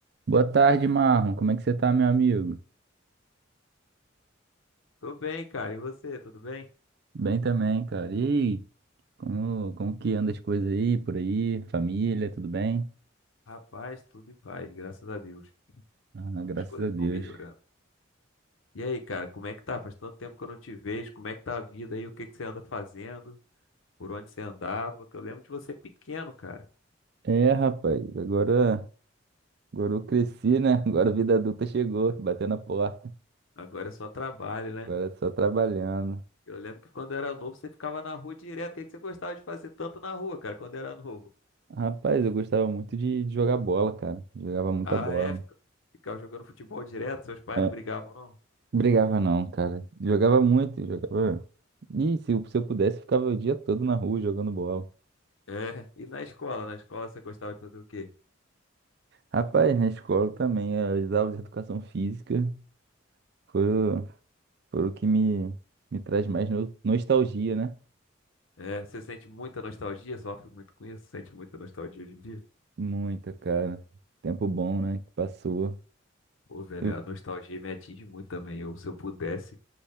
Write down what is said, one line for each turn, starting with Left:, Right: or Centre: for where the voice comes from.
Right: Boa tarde, Marlon. Como é que você tá, meu amigo?
Left: Tô bem, cara. E você, tudo bem?
Right: Bem também, cara. E aí, como, como que anda as coisas aí, por aí? Família, tudo bem?
Left: Rapaz, tudo em paz, graças a Deus.
Right: Ah, graças
Left: As coisas
Right: a Deus.
Left: estão melhorando. E aí, cara, como é que tá? Faz tanto tempo que eu não te vejo. Como é que tá a vida aí? O que que você anda fazendo? Por onde você andava? Que eu lembro de você pequeno, cara.
Right: É, rapaz, agora, agora eu cresci, né? <laughs> Agora a vida adulta chegou, batendo a porta.
Left: Agora é só trabalho, né?
Right: Agora é só trabalhando.
Left: Eu lembro que quando eu era novo, você ficava na rua direto. O que que você gostava de fazer tanto na rua, cara, quando era novo?
Right: Rapaz, eu gostava muito de, de jogar bola, cara. Jogava muita
Left: Ah,
Right: bola.
Left: é? Fica- Ficava jogando futebol direto, seus pais
Right: Ah,
Left: não brigavam, não?
Right: brigava não, cara. Jogava muito, jogava. Ih, se, eu- se eu pudesse, ficava o dia todo na rua jogando bola.
Left: É. E na escola? Na escola você gostava de fazer o quê?
Right: Rapaz, na escola também, eh, as aulas de educação física foram, foram o que me, me traz mais no- nostalgia, né?
Left: É, você sente muita nostalgia, sofre muito com isso, sente muita nostalgia hoje em dia?
Right: Muita, cara. Tempo bom, né? Que passou.
Left: Pô, velho,
Right: Eu,
Left: a nostalgia me atinge muito também. Eu, se eu pudesse